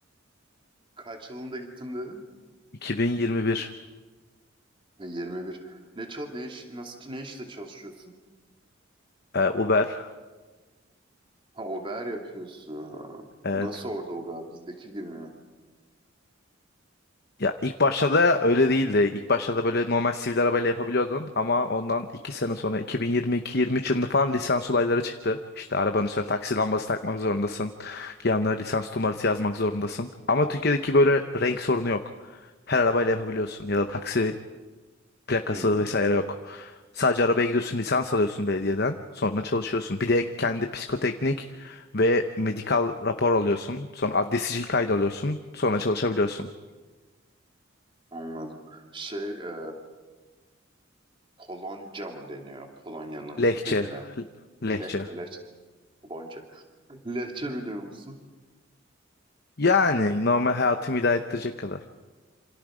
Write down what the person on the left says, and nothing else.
2021
e, Uber.
Evet.
Ya ilk başta da öyle değildi. İlk başta da böyle normal sivil arabayla yapabiliyordun ama ondan 2 sene sonra 2022-23 yılında falan lisans olayları çıktı. İşte arabanın üstüne taksi lambası takmak zorundasın. Yanlara lisans numarası yazmak zorundasın. Ama Türkiye'deki böyle renk sorunu yok. Her arabayla yapabiliyorsun ya da taksi Plakası
vesaire yok. Sadece arabaya gidiyorsun, lisans alıyorsun belediyeden. Sonra çalışıyorsun. Bir de kendi psikoteknik ve medikal rapor alıyorsun. Sonra adli sicil kaydı alıyorsun. Sonra çalışabiliyorsun.
Lehçe.
Lehçe.
Yani normal hayatımı idare ettirecek kadar.